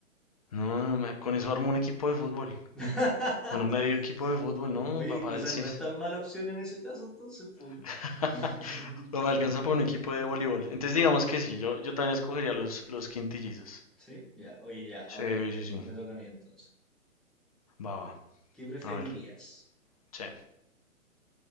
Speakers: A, on the left (about 30°); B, in the centre.
A: no, no, me- con eso armo un equipo de fútbol.
B: <laughs>
A: Bueno, medio equipo de fútbol, no,
B: Oye,
A: papá,
B: quizás
A: sí.
B: no es tan mala opción en ese caso, entonces, pues.
A: <laughs>
B: <laughs>
A: No me alcanza por un equipo de voleibol. Entonces digamos que sí, yo, yo también escogería los, los quintillizos.
B: Sí, ya, oye, ya, ahora
A: Sí, sí,
B: me
A: sí.
B: toca a mí entonces.
A: Va, va.
B: ¿Qué preferirías?
A: A ver. Sí.